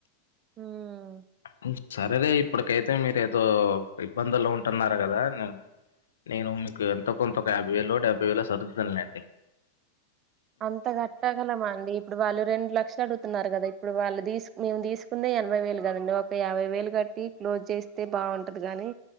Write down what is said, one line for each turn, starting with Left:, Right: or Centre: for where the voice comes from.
Right: ఉమ్.
Left: ఉమ్ సరేలే ఇప్పు. ఇప్పటికైతే మీరు ఏదో, ఇబ్బందులో ఉంటున్నారు, కదా న నేను మీకు ఎంతో కొంత యాభై వేలో డెబ్బై వేలో సర్దుతానలేండి.
Right: అంత గట్టగలమా అండి, ఇప్పుడు వాళ్ళు రెండు లక్షలు అడుగుతున్నారు గదా ఇప్పుడు వాళ్ళు. తీసు మేము తీసుకుందే ఎనభై వేలు కదండి ఒక యాభై వేలు కట్టి క్లోజ్ చేస్తే బాగుంటది గనీ,